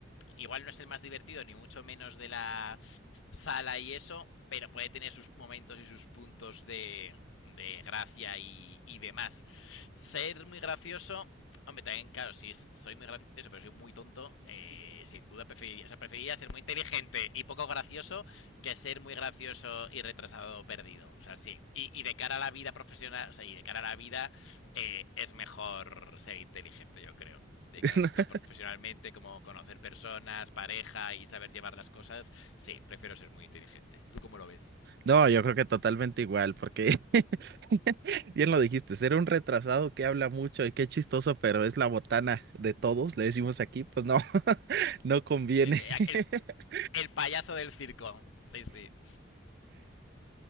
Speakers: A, on the left (about 75°); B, on the right (about 55°).
A: igual no es el más divertido, ni mucho menos de la sala y eso, pero puede tener sus momentos y sus puntos de, de gracia y, y demás. Ser muy gracioso. Hombre, también, claro, si es- soy muy gracioso, pero soy muy tonto, eh, sin duda preferiría, o sea, preferiría ser muy inteligente y poco gracioso que ser muy gracioso y retrasado o perdido. O sea, sí. Y, y de cara a la vida profesional, o sea, y de cara a la vida, eh, es mejor ser inteligente, yo creo. De
B: <laughs>
A: cara tanto profesionalmente como conocer personas, pareja y saber llevar las cosas, sí, prefiero ser muy inteligente. ¿Tú cómo lo ves?
B: No, yo creo que totalmente igual, porque <laughs> bien lo dijiste, ser un retrasado que habla mucho y qué chistoso, pero es la botana de todos, le decimos aquí, pues no, <laughs> no conviene.
A: Sí, sí,
B: <laughs>
A: el, el payaso del circo. Sí, sí.